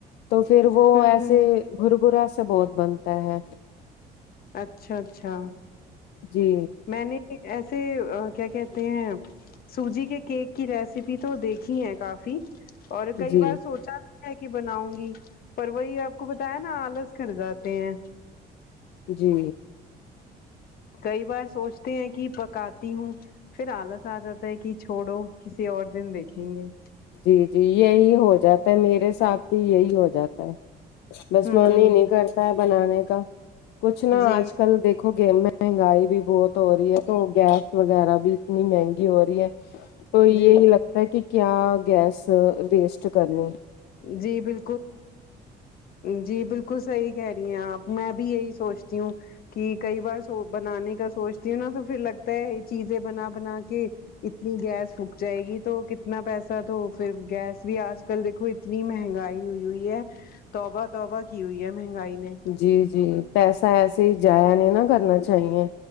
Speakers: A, on the left; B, on the left.
A: تو پھر وہ
B: ہوں
A: ایسے
B: ہوں
A: گربرا سے بہت بنتا ہے
B: اچھا اچھا
A: جی
B: میں نے ایسے آ کیا کہتے ہیں سوجی کے کیک کی ریسیپی تو دیکھی ہے کافی اور کئی
A: جی
B: بار سوچا ہے کی بناؤں گی پر وہی آپ کو بتایا نہ آلس کر جاتے ہیں
A: جی
B: کئی بار سوچتے ہیں کہ پکاتی ہوں پھر آلس آ جاتا ہے کہ چھوڑو کسی اور دن دیکھیں گے
A: جی جی یہی ہو جاتا ہے میرے ساتھ بھی یہی ہو جاتا ہے بس
B: ہوں
A: من ہی نہیں کرتا ہے بنانے کا کچھ نا
B: جی
A: آج کل دیک دیکھو الگ مہنگائی بھی بہت ہو رہی ہے تو گیس وغیرہ بھی اتنی مہنگی ہو رہی ہے تو یہی
B: جی
A: لگتا ہے کہ کیا گیس ویسٹ کرنے
B: جی بالکل جی بالکل صحیح کہہ رہی ہیں آپ میں بھی یہی سوچ تی ہوں کہ کئی بار سو بنانے کا سوچتی ہوں نا تو پھر لگتا ہے یہ چیزیں بنا بنا کے اتنی گیس پھوک جائے گی تو کتنا پیسہ تو پھر گیس بھی آج کل دیکھو اتنی مہنگائی ہوئی ہوئی ہے توبہ توبہ کی ہوئی ہے مہنگائی نے
A: جی جی پیسہ ایسے ہی جایا نہیں نا کرنا چاہیے